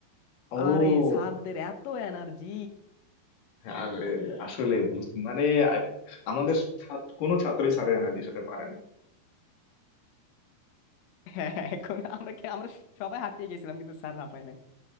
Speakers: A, on the left; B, on the left.
A: ও
B: আরে স্যারদের এত এনার্জি
A: হ্যাঁ, আর এ, আসলে বুঝ- মানে আ- আমাদের ছাত্র কোনো ছাত্রই স্যারের এনার্জির সাথে পারে না
B: হ্যাঁ <laughs> এখন আমরা খে- আমরা সবাই হাঁপিয়ে গেছিলাম কিন্তু স্যার হাঁপায় নাই